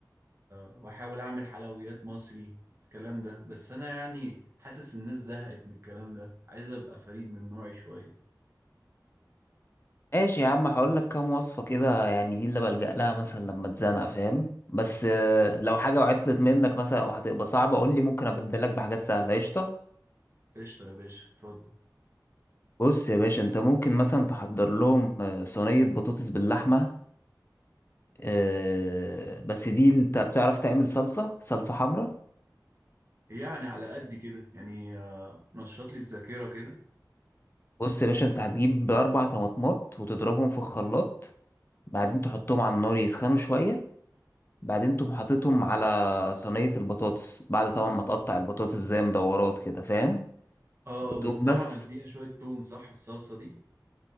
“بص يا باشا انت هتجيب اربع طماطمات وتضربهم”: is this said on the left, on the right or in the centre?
Left